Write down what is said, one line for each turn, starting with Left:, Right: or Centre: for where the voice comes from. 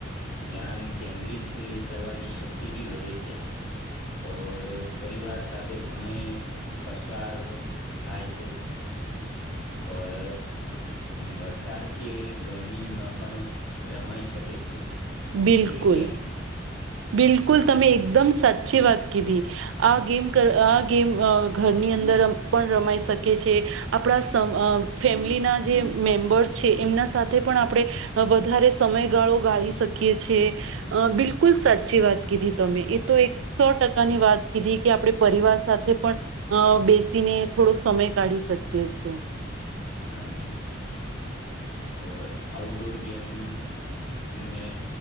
Left: ધ્યાન કેન્દ્રિત કરવાની શક્તિ બી વધે છે. ઔર પરિવાર સાથે સમય પસાર થાય છે. ઓર વરસાદ કે ગરમીમાં પણ રમાઈ શકે છે.
Right: બિલકુલ
Left: એ ગેમ
Right: બિલકુલ તમે એકદમ સાચી વાત કીધી આ ગેમ આ ગેમ ઘરની અંદર પણ રમાઈ શકે છે આપણા સમ ફેમિલીના જે મેમ્બર્સ છે એમના સાથે પણ આપણે વધારે સમયગાળો ગાળી શ શકી છીએ બિલકુલ સાચી વાત કીધી તમે એ તો એક સો ટકાની વાત કીધી કે આપણે પરિવાર સાથે પણ બેસીને થોડો સમય કાઢી શકીએ છીએ.
Left: હા જી ઔર આઉટડોર ગેમ મે